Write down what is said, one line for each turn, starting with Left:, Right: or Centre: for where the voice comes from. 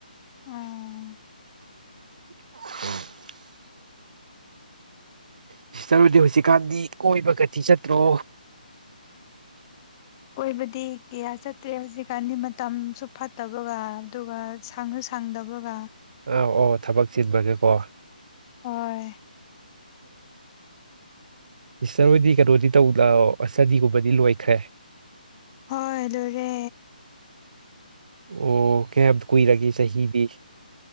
Left: ꯑꯣ
Right: <inaudible> ꯥꯁꯤꯁꯇꯔ ꯍꯣꯏꯗꯤ ꯍꯧꯖꯤꯛꯀꯥꯟꯗꯤ ꯀꯣꯏꯕꯒꯗꯤ ꯆꯠꯇ꯭ꯔꯣ
Left: <inaudible> ꯀꯣꯏꯕꯗꯤ ꯀꯌꯥ ꯆꯠꯇ꯭ꯔꯦ ꯍꯧꯖꯤꯛꯀꯥꯟꯗꯤ ꯃꯇꯝꯁꯨ ꯐꯠꯇꯕꯒ ꯑꯗꯨꯒ ꯁꯪꯉ ꯁꯪ ꯗꯕꯒ
Right: ꯑꯧ ꯑꯣ ꯊꯕꯛ ꯆꯤꯟꯕꯅꯀꯣ
Left: ꯍꯣꯏ
Right: ꯁꯤꯁꯇꯔ ꯍꯣꯏꯗꯤ ꯀꯩꯅꯣꯗꯤ ꯇꯧ ꯁꯇꯗꯤꯒꯨꯝꯕꯗꯤ ꯂꯣꯏꯈ꯭ꯔꯦ
Left: ꯍꯣꯏ ꯂꯣꯏ ꯔꯦ
Right: ꯑꯣ ꯀꯌꯥꯝ ꯀꯨꯏꯔꯒꯦ ꯆꯍꯤꯗꯤ